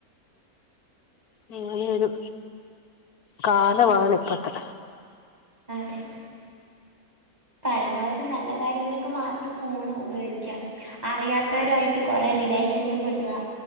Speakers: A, on the left; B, on the right.
A: ആ അതൊരു കാലമാണ് ഇപ്പത്തെ
B: അതെ പരമാവധി നല്ല കാര്യങ്ങൾക്ക് മാത്രം ഫോൺ ഉപയോഗിക്കാം അറിയാത്തവരുായിട്ട് കൊറേ ലേഷനിൽ പെടുക